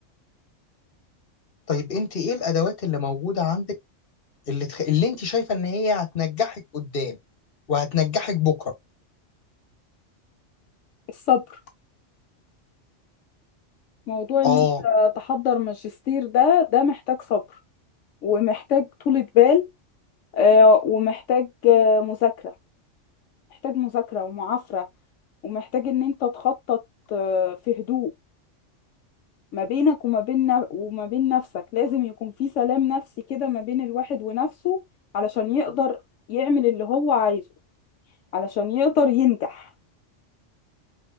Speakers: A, on the left; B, on the left.
A: طيب أنت إيه الأدوات اللي موجودة عندك اللي, تخ... اللي أنت شايفة إن هي هتنجحك قدام وهتنجحك بكرة
B: الصبر موضوع ان
A: آه
B: انت تحضر ماجستير ده ده محتاج صبر ومحتاج طولة بال آه، ومحتاج آه، مذاكرة محتاج مذاكرة ومعافرة ومحتاج ان انت تخطط آه، في هدوء ما بينك وما بين ن- وما بين نفسك لازم يكون في سلام نفسي كده ما بين الواحد ونفسه علشان يقدر يعمل اللي هو عايزه علشان يقدر ينجح